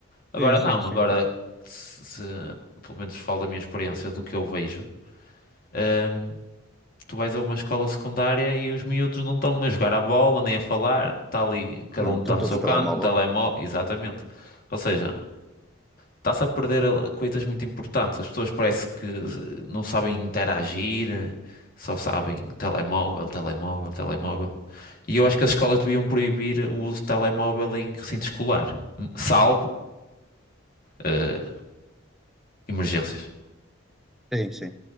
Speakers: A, on the left; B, in the centre.
A: Agora
B: Sim, sim,
A: não,
B: sim.
A: agora se, se- pelo menos falo da minha experiência, do que eu vejo. ah, Tu vais a uma escola secundária e os miúdos não estão a jogar à bola nem a falar, está ali, cada
B: Não,
A: um
B: estão
A: está no
B: todos
A: seu
B: no
A: canto,
B: telemóvel.
A: no telemóvel, exatamente. Ou seja, Está-se a perder a- coisas muito importantes. As pessoas parece que eh, não sabem interagir, eh, só sabem telemóvel, telemóvel, telemóvel. E eu acho que as escolas deviam proibir o uso de telemóvel em recinto escolar, m- salvo eh, emergências.
B: Sim, sim.